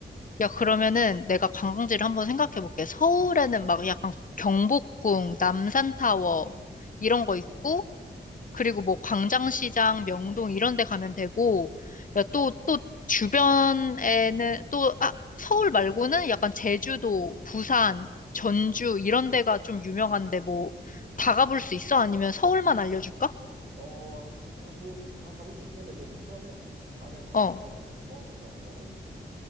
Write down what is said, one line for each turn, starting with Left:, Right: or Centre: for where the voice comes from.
Left: 야, 그러면은 내가 관광지를 한번 생각해 볼게. 서울에는 막 약간 경복궁, 남산타워 이런 거 있고 그리고 뭐 광장시장, 명동 이런 데 가면 되고, 야, 또, 또 주변에는 또, 아, 서울 말고는 약간 제주도, 부산, 전주 이런 데가 좀 유명한데 뭐 다 가볼 수 있어? 아니면 서울만 알려줄까?
Right: 어, 뭐 다 가볼 수 있긴 한데, 근데 우선은 만약 엄청
Left: 어.
Right: 많으면 서울부터 한번 알려주라.